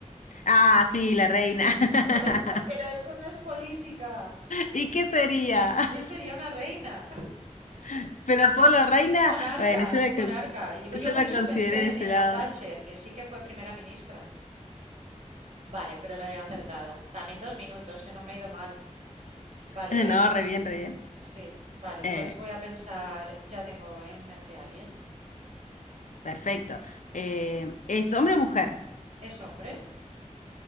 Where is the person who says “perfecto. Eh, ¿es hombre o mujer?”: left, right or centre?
Left